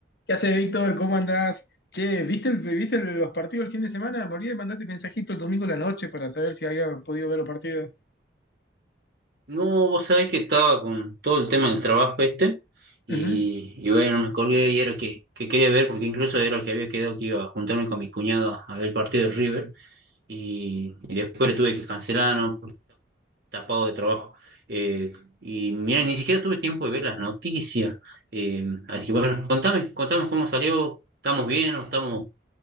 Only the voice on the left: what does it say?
¿Qué haces, Víctor? ¿Cómo andás? Che, ¿viste, el- viste los partidos el fin de semana? Morí de mandarte mensajito el domingo a la noche para saber si había podido ver los partidos.
Ujú.